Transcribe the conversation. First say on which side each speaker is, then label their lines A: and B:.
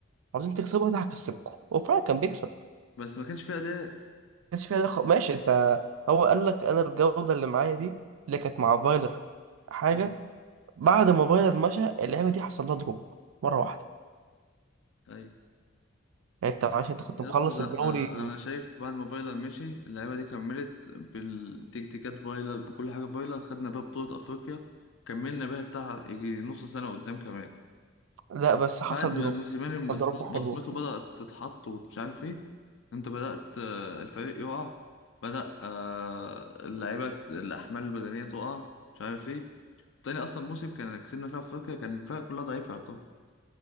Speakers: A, on the right; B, on the left.
A: عاوزين تكسبوا أنا هكسبكم وفعلا كان بيكسب
B: بس ما كانش فيها أداء
A: كانش فيها دخل ماشي انت هو قال لك انا الجوده اللي معايا دي اللي كانت مع فايلر حاجه
B: مم.
A: بعد ما فايلر مشى اللعبه دي حصل لها دروب مره واحده
B: أيوة
A: يعني انت
B: بس-
A: عشان انت كنت
B: يا
A: مخلص
B: اسطى لا
A: الدوري
B: أنا أنا شايف بعد ما فايلر مشي اللعيبة دي كملت بالتكتيكات فايلر بكل حاجة فايلر خدنا بيها بطولة أفريقيا كملنا بيها بتاع يجي نص سنة قدام كمان
A: لا بس
B: بعد
A: حصل
B: ما
A: دروب
B: موسيماني
A: حصل
B: بصم-
A: دروب حلو
B: بصمته بدأت تتحط ومش عارف ايه انت بدأت آه، الفريق يقع بدأ آه، اللعيبة الأحمال البدنية تقع مش عارف ايه تاني أصلا موسم كان كسبنا فيها أفريقيا كان الفرق كلها ضعيفة طب